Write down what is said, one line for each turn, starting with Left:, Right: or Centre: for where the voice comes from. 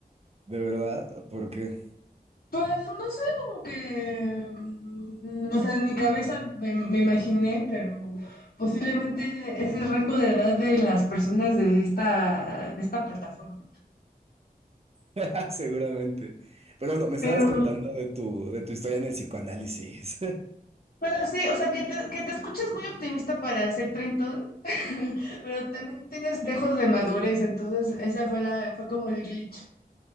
Right: De verdad, porque
Left: Pues no sé, como que, mm, o sea, en mi cabeza me, me imaginé, pero posiblemente es el rango de edad de las personas de esta, de esta plataforma.
Right: <laughs> seguramente. Pero no, me estabas
Left: Pero
Right: contando de tu, de tu historia en el psicoanálisis.
Left: bueno, sí, o sea, que te, que te escuchas muy optimista para ser treintón, <laughs> pero también tienes dejos de madurez, entonces esa fue la, fue como el glitch.